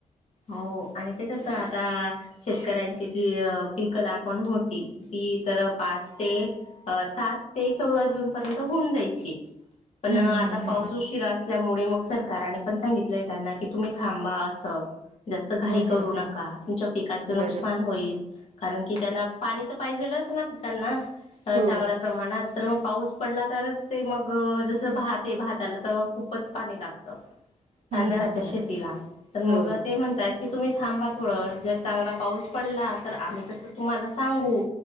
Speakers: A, on the left (about 55°); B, on the right (about 60°).
A: हो आणि ते कस आता शेतकऱ्यांची जी पीक लागवण होती ती तर पाच ते सात ते चौदा जून पर्यंत होऊन जायची पण
B: हम्म
A: आता
B: हम्म
A: पाऊस
B: हम्म.
A: उशीरा अस असल्यामुळे मग सरकारने पण सांगितलंय त्यांना की तुम्ही थांबा असं जास्त घाई
B: हम्म
A: करू
B: हम्म
A: नका तुमच्या पिकाचं
B: हम्म
A: नुकसान
B: बरोबर
A: होईल कारण की त्यांना पाणी तर पाहिजेलच ना पिकांना
B: हो
A: चांगल्या प्रमाणात तर मग पाऊस पडला तरच ते मग जसं भात आहे भाताला तर खूपच पाणी लागत तांदळाच्या
B: हम्म हम्म
A: शेतीला तर मग
B: हो
A: म्हणताय की तुम्ही थांबा थोडं जर चांगला पाऊस पडला तर आम्ही तस तुम्हाला सांगू